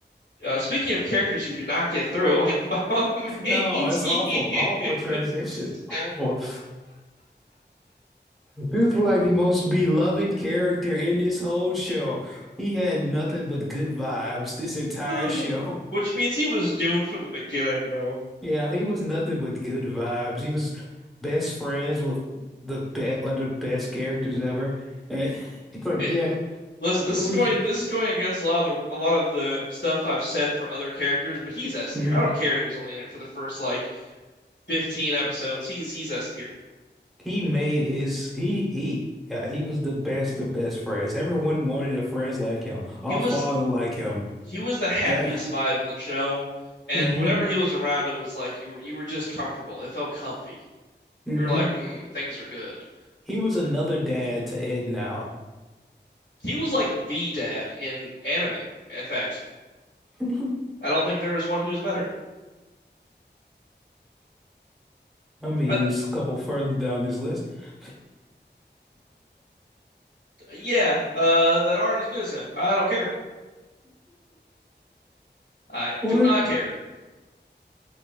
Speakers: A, on the left; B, in the centre.
A: Uh, speaking of characters who do not get through, it, what about <laughs> Maze
B: No, it's
A: Hughes?
B: awful. Awful transition. Awful. This is like the most beloved character in this whole show. He had nothing but good vibes this entire
A: <laughs>
B: show.
A: Which means he was doomed from the beginning, bro.
B: Yeah, he was nothing but good vibes. He was best friends with the best, one of the best characters ever. And <laughs> it's like,
A: It,
B: yeah,
A: listen, this
B: it was.
A: is going this is going against a lot of the a lot of the stuff I've said for other characters, but he's S tier.
B: mm.
A: I don't care he was only in it for the first like 15 episodes. He's he's S tier.
B: He made his he he yeah, he was the best of best friends. Everyone wanted a friends like him. All
A: He was
B: father like him.
A: he was the happiest
B: Uh,
A: vibe in the show, and
B: hmm
A: whenever he was around, it was like you were you were just comfortable. It felt comfy.
B: hmm
A: You were like, mm, things are good.
B: He was another dad to Ed now.
A: He was like the dad in anime. In fact,
B: <laughs>
A: I don't think there is one who's better.
B: I mean,
A: Uh,
B: there's a couple further down this list. <laughs>
A: yeah, uh, that aren't as good as him. I don't care. I
B: What?
A: do not care.